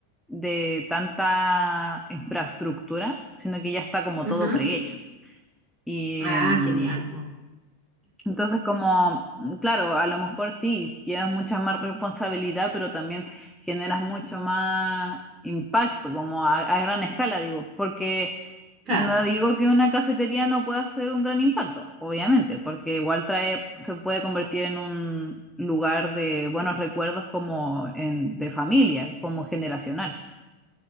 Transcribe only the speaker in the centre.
de tanta infraestructura, sino que ya está como
todo prehecho. Y
mm,
entonces, como, mm, claro, a lo mejor sí, llevas mucha más responsabilidad, pero también generas mucho más impacto, como a, a gran escala, digo, porque
no digo que una cafetería no pueda hacer un gran impacto, obviamente, porque igual trae, se puede convertir en un lugar de buenos recuerdos como en, de familia, como generacional.